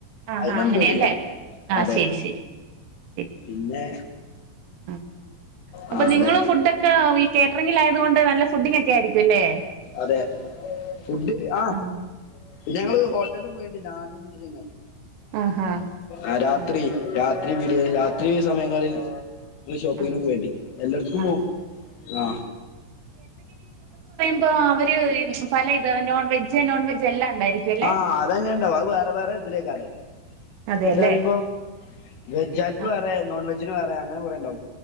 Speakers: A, on the right (about 85°); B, on the left (about 85°).
A: ആഹാ
B: അയിനൊന്നും
A: അങ്ങനെയല്ലേ
B: പേടില്ല
A: ആഹ്
B: അതെ
A: ശരി ശരി ശരി
B: പിന്നെ
A: ശരി ആ അപ്പൊ
B: ആ
A: നിങ്ങള്
B: അതെ
A: ഫുഡൊക്കെ ഈ കേറ്ററിങ്ങിൽ ആയത് കൊണ്ട് നല്ല ഫുഡിങ്‌ ഒക്കെ ആയിരിക്കും ല്ലേ
B: അതെ ഫുഡ് ആ
A: ആഹ്
B: പിന്നെ ഞങ്ങള് ഹോട്ടലും പോയണ്ട് ഞാനും ഇന്റെ ചെങ്ങായിം
A: ആഹാ
B: ആ രാത്രി
A: ആഹ്
B: രാ വീട് രാത്രി സമയങ്ങളിൽ ഷോപ്പിങ്ങിന്
A: ആഹ്
B: പോയണ്ടി എല്ലോടത്ക്കും
A: ആഹാ
B: പോവും ആ
A: ഇപ്പൊ അവര് പല ഇത നോൺ വെജ് നോൺവെജ് എല്ലാം ഉണ്ടായിരിക്കും അല്ലെ
B: ആഹ് അതാങ്ങന ഉണ്ടാവും അത് വേറെ വേറെ ഇതിലേക്കറ
A: അതെല്ലേ
B: ഫുഡ് വെജ ആക്ക്
A: ആഹ്
B: വേറെ നോൺ വെജിന് വേറെ പെ അങ്ങനെ കൊറേണ്ടാവും